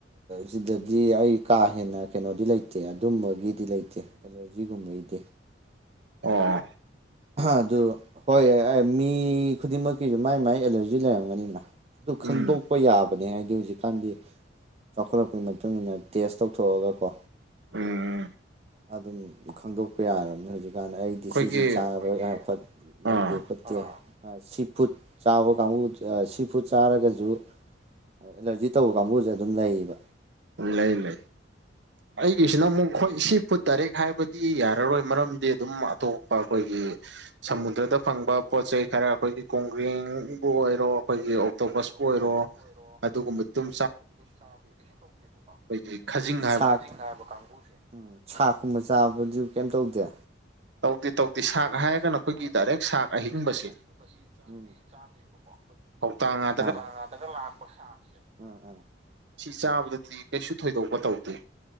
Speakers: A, on the right; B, on the right.
A: ꯁꯤꯗꯗꯤ ꯑꯩ ꯀꯥ ꯍꯦꯟꯅ ꯀꯩꯅꯣꯗꯤ ꯂꯩꯇꯦ ꯑꯗꯨꯝꯕꯒꯤꯗꯤ ꯂꯩꯇꯦ ꯑꯦꯂꯔꯖꯤꯒꯨꯝꯕꯩꯗꯤ
B: ꯑꯣ
A: ꯑꯗꯨ ꯍꯣꯏ ꯑ ꯃꯤ ꯈꯨꯗꯤꯡꯃꯛꯀꯤꯁꯨ ꯃꯥꯏ ꯃꯥꯏ ꯑꯦꯂꯔꯖꯤ ꯂꯩꯔꯝꯒꯅꯤꯗꯅ ꯑꯗꯨ ꯈꯪꯗꯣꯛꯄ
B: ꯎꯝ
A: ꯌꯥ ꯕꯅꯤ ꯍꯥꯏꯗꯤ ꯍꯧꯖꯤꯛꯀꯥꯟꯗꯤ ꯆꯥꯎꯈꯠꯂꯛꯄꯒꯤ ꯃꯇꯨꯡ ꯏꯟꯅ ꯇꯦꯁ ꯇꯧꯊꯣꯛꯑꯒ ꯀꯣ
B: ꯎꯝ
A: ꯑꯗꯨꯝ ꯈꯪꯗꯣꯛꯄ ꯌꯥꯔꯕꯅꯤ ꯍꯧꯖꯤꯛꯀꯥꯟ ꯑꯩꯗꯤ
B: ꯑꯩꯈꯣꯏꯒꯤ
A: ꯁꯤꯁꯤ ꯆꯥꯕ ꯂꯣꯏ <unintelligible> ꯌꯥꯗꯦ
B: ꯑꯥ
A: ꯈꯣꯠꯇꯦ ꯁꯤ ꯐꯨꯗ ꯆꯥꯕ ꯀꯥꯡꯕꯨ ꯑ ꯁꯤ ꯐꯨꯗ ꯆꯥꯔꯒꯁꯨ ꯑꯦꯂꯔꯖꯤ ꯇꯧꯕ ꯀꯥꯡꯕꯨꯁꯦ ꯑꯗꯨꯝ ꯂꯩꯌꯦꯕ
B: ꯂꯩ ꯂꯩ
A: ꯎꯝ
B: ꯑꯩꯒꯤꯁꯤꯅ
A: ꯑꯗꯨꯗꯨ
B: ꯑꯃꯨꯛ ꯍꯣꯏ ꯁꯤ ꯐꯨꯠ ꯗꯥꯏꯔꯦꯛ ꯍꯥꯏꯕꯗꯤ ꯌꯥꯔꯔꯣꯏ ꯃꯔꯝꯗꯤ ꯑꯗꯨꯝ ꯑꯇꯣꯞ ꯑꯩꯈꯣꯏꯒꯤ ꯁꯃꯨꯗ꯭ꯔꯗ ꯐꯪꯕ ꯄꯣꯠ ꯆꯩ ꯈꯔ ꯑꯩꯈꯣꯏꯒꯤ ꯀꯨꯡꯒ꯭ꯔꯦꯡꯕꯨ ꯑꯣꯏꯔꯣ ꯑꯩꯈꯣꯏꯒꯤ ꯑꯣꯛꯇꯣꯄꯁꯄꯨ
A: ꯑꯩꯈꯣꯏꯒꯤ ꯑꯣꯛꯇꯣꯕꯁꯄꯨ
B: ꯑꯣꯏꯔꯣ
A: ꯑꯣꯏꯔꯣ
B: ꯑꯗꯨꯒꯨꯝꯕ ꯑꯗꯨꯝ
A: ꯑꯗꯨꯒꯨꯝꯕ ꯑꯗꯨꯝ ꯆꯥꯕꯗꯤ ꯀꯩꯁꯨ ꯇꯧꯗꯦꯕꯀꯣ
B: <unintelligible> ꯈꯖꯤꯡ
A: ꯁꯥꯒꯤ ꯉꯥꯏꯕ ꯀꯥꯡꯕꯨꯁꯦ ꯎꯝ ꯁꯥ ꯀꯨꯝꯕ ꯆꯥꯕꯗꯨ ꯀꯩꯝ ꯇꯧꯗꯦ
B: ꯇꯧꯗꯦ
A: ꯇꯧꯗꯦ
B: ꯁꯥꯛ
A: ꯇꯧꯗꯦ
B: ꯍꯥꯏꯔꯒꯅ
A: ꯁꯥꯒ
B: ꯑꯩꯈꯣꯏꯒꯤ
A: ꯍꯥꯏꯔꯒꯅ
B: ꯗꯥꯏꯔꯦꯛ
A: ꯑꯩꯈꯣꯏꯒꯤ
B: ꯁꯥꯛ
A: ꯗꯥꯏꯔꯦꯛ
B: ꯑꯍꯤꯡꯕꯁꯦ
A: ꯁꯥꯒ ꯑꯍꯤꯡꯕꯁꯤ ꯁꯤꯗꯤ ꯆꯥꯗ꯭ꯔꯤꯕꯀꯣ ꯑꯩꯈꯣꯏꯒꯤ
B: ꯀꯧꯇꯥꯉꯥ
A: ꯀꯧꯇꯥꯉꯥꯗꯒ ꯂꯥꯛꯄ ꯁꯥꯥꯛꯁꯦ ꯑ ꯑ
B: ꯁꯤ ꯆꯥꯕꯗꯗꯤ ꯀꯩꯁꯨ ꯊꯣꯏꯗꯣꯛꯄ ꯇꯧꯗꯦ